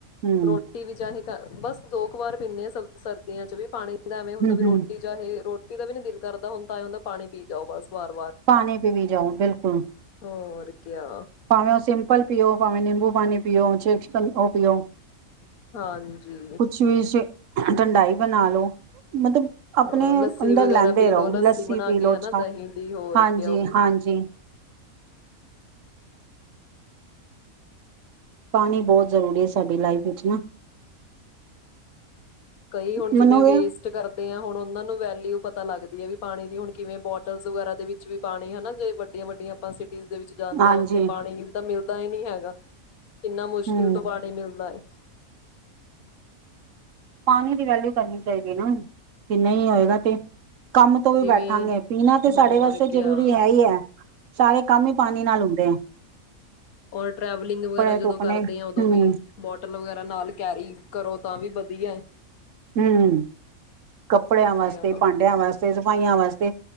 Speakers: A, on the right; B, on the left.
A: ਹਮ
B: ਰੋਟੀ ਵੀ ਚਾਹੇ ਬਸ ਦੋ ਕੁ ਵਾਰ ਪੀਂਦੇ ਆ ਸ ਸਰਦੀਆਂ ਚ ਵੀ ਪਾਣੀ ਦ ਐਵੇਂ ਹੁੰਦਾ
A: ਹਮ
B: ਵੀ ਰੋਟੀ,
A: ਹਮ
B: ਚਾਹੇ ਰੋਟ ਮੇਰਾ ਵੀ ਨੀ ਦਿਲ ਕਰਦਾ ਹੁਣ ਤਾ ਆਂਏ ਹੁੰਦਾ ਪਾਣੀ ਪੀ ਜਾਓ ਬਸ। ਵਾਰ-ਵਾਰ
A: ਪਾਣੀ ਪੀਂਵੀਂ ਜਾਓ, ਬਿਲਕੁਲ।
B: ਹੋਰ ਕਿਆ
A: ਭਾਵੇਂ ਉਹ ਸਿੰਪਲ ਪੀਓ, ਭਾਵੇਂ ਨਿੰਬੂ ਪਾਣੀ ਪੀਓ, ਚੇ-ਸ਼-ਕਨ ਉਹ ਪੀਓ
B: ਹਾਂਜੀ।
A: ਕੁਛ ਵੀ ਠੰਡਾਈ ਬਣਾ ਲੋ, ਮਤਲਬ ਆਪਣੇ
B: ਹ ਲੱਸੀ
A: ਅੰਦਰ
B: ਵਗੈਰਾ
A: ਲੈਂਦੇ
B: ਪੀ
A: ਰਹੋ
B: ਲੋ ਲੱਸੀ ਬਣਾ
A: ਪੀ
B: ਕੇ
A: ਲਓ
B: ਹਨਾ
A: ਛਾ
B: ਦਹੀਂ ਦੀ ਹੋਰ
A: ਹਾਂਜੀ
B: ਕਿ ਉਹ ਵੀ
A: ਹਾਂਜੀ ਪਾਣੀ ਬਹੁਤ ਜ਼ਰੂਰੀ ਐ ਸਾਡੀ ਲਾਈਫ ਵਿੱਚ ਨਾ।
B: ਕਈ ਹੁਣ ਜਿਵੇਂ
A: ਮੰਨੋਗੇ
B: ਵੇਸਟ ਕਰਦੇ ਆਂ, ਹੁਣ ਉਹਨਾਂ ਨੂੰ ਵੈਲਿਊ ਪਤਾ ਲੱਗਦੀ ਐ ਵੀ, ਪਾਣੀ ਦੀ ਹੁਣ ਕਿਵੇਂ ਬੋਟਲਸ ਵਗੈਰਾ ਦੇ ਵਿੱਚ ਵੀ ਪਾਣੀ, ਹਨਾ ਜੇ ਵੱਡੀਆਂ ਵੱਡੀਆਂ ਆਪਾਂ ਸੀਟ ਟੀਜ਼ ਦੇ ਵਿੱਚ ਜਾਂਦੇ
A: ਹਾਂਜੀ
B: ਓ, ਉੱਥੇ ਪਾਣੀ ਵੀ ਤਾਂ ਮਿਲਦ ਦਾਂ ਈ ਨੀ ਹੈਗਾ। ਕਿੰਨਾ ਮੁਸ਼ਕਿਲ
A: ਹਮ
B: ਤੋਂ ਪਾਣੀ ਮਿਲਦਾ ਐ।
A: ਪਾਣੀ ਦੀ ਵੇਲੀਊ ਕਰਨੀ ਚਾਈਦੀ ਨਾ ਕਿ ਨਹੀਂ ਹੋਏਗਾ ਤੇ, ਕੰਮ ਤੋਂ ਵੀ
B: ਜਿਵੇਂ
A: ਬੈਠਾਂਗੇ। ਪੀਣਾ ਤੇ ਸਾਡੇ
B: ਹੋਰ
A: ਵਾਸਤੇ
B: ਕਿਆ
A: ਜ਼ਰੂਰੀ ਹੈ ਈ ਐ। ਸਾਰੇ ਕੰਮ ਈ ਪਾਣੀ ਨਾਲ ਹੁੰਦੇ ਐ।
B: ਹੋਰ ਟ੍ਰੈਵਲਿੰਗ ਵਗੈਰਾ ਜਦੋਂ
A: ਧੁੱਪਣੇ
B: ਕਰਦੇ ਆ, ਉਦੋਂ
A: ਹਮ
B: ਵੀ ਬੋਟਲ ਵਗੈਰਾ ਨਾਲ ਕੈਰੀ ਕਰੋ, ਤਾਂ ਵੀ ਵਦ ਵਧੀਆ ਐ।
A: ਹਮ ਕੱਪੜਿਆਂ ਵਾਸਤੇ,
B: ਕਿਆ
A: ਭਾਂਡਿਆਂ ਵਾਸ ਤੇ ਸਫਾਈਆਂ ਵਾਸਤੇ,